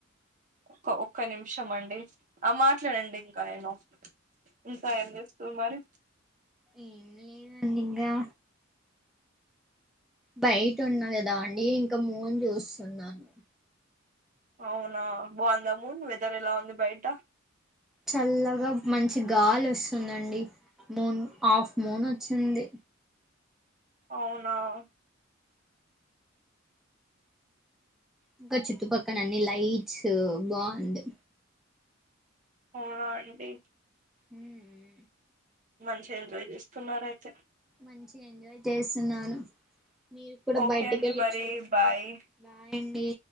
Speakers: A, on the right; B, in the centre.
A: ఒక్క ఒక్క నిమిషం అండి ఆ మాట్లాడండి ఇంకా నేను ఇంకా ఏం జేస్తురు మరి
B: ఏం లేదండి ఇంగా బయటున్నా గదా అండి ఇంకా మూన్ జూస్తున్నాను
A: అవునా! బాంద మూన్? వెదర్ ఎలా ఉంది బయట?
B: చల్లగా మంచి గాలి వస్తుందండి మూన్ ఆఫ్ మూన్ వచ్చింది
A: అవునా. !
B: ఇంకా చుట్టుపక్కన అన్ని లైట్స్ బాంది.
A: అవునా అండి
B: హ్మ్ ము
A: మంచి ఎంజాయ్ జేస్తున్నారైతే
B: మంచిగా ఎంజాయ్ చేస్తున్నాను మీరు కూడా
A: ఓకే
B: బయటకెళ్ళి
A: అండి మరి
B: చూడండి
A: బాయ్
B: బాయండి